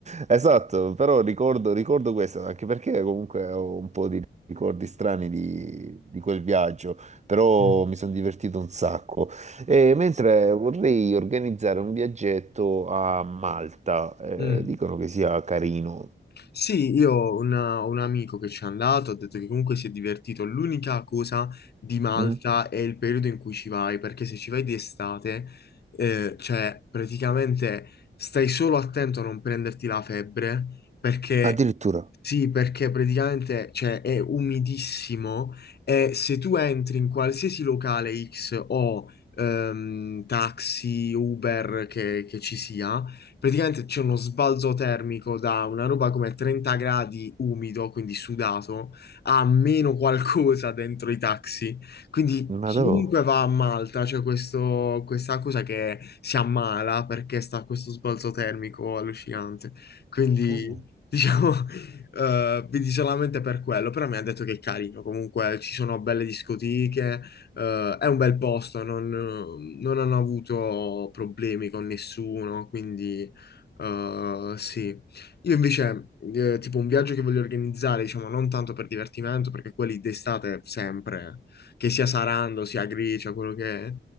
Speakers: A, on the right; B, on the left.
A: esatto, però ricordo, ricordo questo, anche perché comunque ho un po' di ricordi strani di, di quel viaggio, però
B: Mm.
A: mi sono divertito un sacco. E mentre vorrei organizzare un viaggetto a Malta, eh,
B: Mm.
A: dicono che sia carino.
B: Sì, io ho una- un amico che ci è andato, ha detto che comunque si è divertito. L'unica cosa di Malta
A: Mm?
B: è il periodo in cui ci vai, perché se ci vai di estate, eh, cioè praticamente stai solo attento a non prenderti la febbre, perché
A: Addirittura,
B: sì, perché praticamente cioè, è umidissimo e se tu entri in qualsiasi locale X o ehm, taxi, Uber che che ci sia, praticamente c'è uno sbalzo termico da una roba come 30 gradi umido, quindi sudato, a meno qualcosa dentro i taxi. Quindi
A: ma
B: chiunque
A: dove?
B: va a Malta c'è questo- questa cosa che si ammala perché sta a questo sbalzo termico allucinante. Quindi
A: Mm.
B: diciamo, <laughs> eh, vedi solamente per quello, però mi ha detto che è carino, comunque ci sono belle discoteche, eh, è un bel posto, non, non hanno avuto problemi con nessuno, quindi Uh, sì, io invece, eh, tipo un viaggio che voglio organizzare, diciamo, non tanto per divertimento, perché quelli d'estate sempre, che sia Sarando, sia Grecia, quello che è,